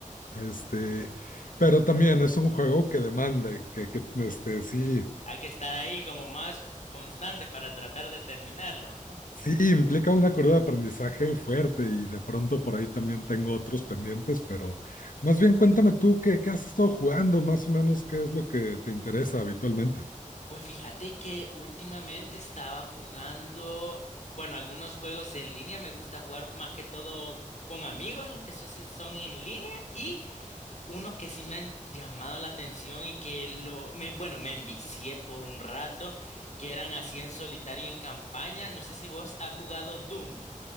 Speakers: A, on the left; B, on the left.
A: Este, pero también es un juego que demanda, y que, que, este, sí.
B: Hay que estar ahí como más constante para tratar de terminarlo.
A: Sí, implica una curva de aprendizaje fuerte y de pronto por ahí también tengo otros pendientes, pero más bien cuéntame tú qué, qué has estado jugando, más o menos qué es lo que te interesa habitualmente.
B: Pues fíjate que últimamente estaba jugando, bueno, algunos juegos en línea, me gusta jugar más que todo con amigos, los que so- si- son en línea, y unos que sí me han llamado la atención y que lo, me, bueno, me envicié por un rato, que eran así en solitario y en campaña. No sé si vos has jugado Doom,